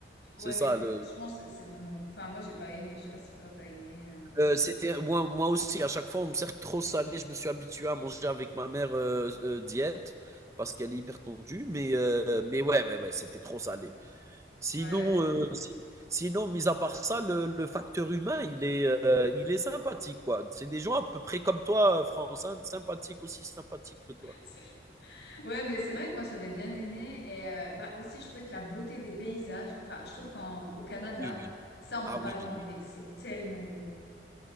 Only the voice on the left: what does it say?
Ouais,
mais
c'est-
franchement, c'est c'est vraiment. Enfin, moi, j'ai pas aimé. Je sais pas si toi t'as aimé. euh.
Ouais.
C'est- Ouais, mais c'est vrai que moi j'avais bien aimé et euh, bah aussi je trouvais que la beauté des paysages. Enfin, je trouve qu'en au Canada,
ça on
peut
pas le enlever.
C'est tellement beau.